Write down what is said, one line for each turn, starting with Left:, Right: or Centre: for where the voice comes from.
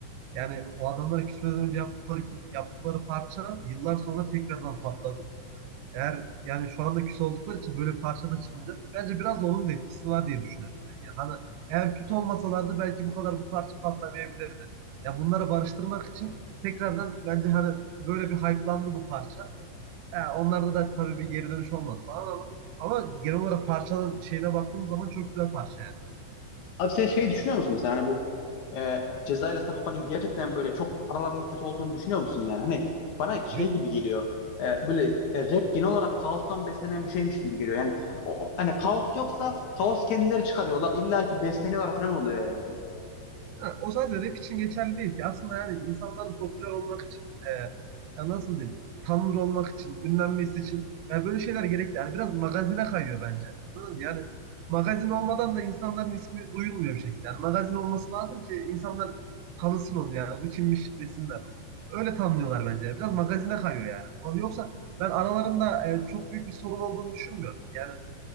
Right: Yani o adamlara küsmeden önce yaptıkları, yaptıkları parça yıllar sonra tekrardan patladı. Eğer yani şu anda küs oldukları için böyle bir parça da çıkmayacak. Bence biraz da onun da etkisi var diye düşünüyorum ben. Yani hani eğer kötü olmasalardı belki bu kadar bu parça patlamayabilirdi. Ya bunları barıştırmak için tekrardan bence hani böyle bir hype'landı bu parça. Ya onlarda da tabii bir geri dönüş olmaz falan ama ama genel olarak parçanın şeyine baktığımız zaman çok güzel parça yani.
Left: Abi sen şey düşünüyor musun mesela hani bu e, Ceza ile Sagopa'nın gerçekten böyle çok aralarının kötü olduğunu düşünüyor musun yani? Hani bana şey
Right: Yok
Left: gibi geliyor e, böyle e, rap genel olarak kaostan beslenen bir şeymiş gibi geliyor. Yani o- hani kaos yoksa kaos kendileri çıkarıyorlar illa ki besleniyorlar falan oluyor yani.
Right: Ha, o sadece rap için geçerli değil ki. Aslında yani insanların popüler olmak için, e, ya nasıl diyeyim, tanınır olmak için, ünlenmesi için yani böyle şeyler gerekli. Yani biraz magazine kayıyor bence. Anladın mı? Yani magazin olmadan da insanların ismi duyulmuyor bir şekilde. Yani magazin olması lazım ki insanlar tanısın onu yani. Bu kimmiş desinler. Öyle tanınıyorlar bence. Biraz magazine kayıyor yani. Yoksa ben aralarında e, çok büyük bir sorun olduğunu düşünmüyorum. Yani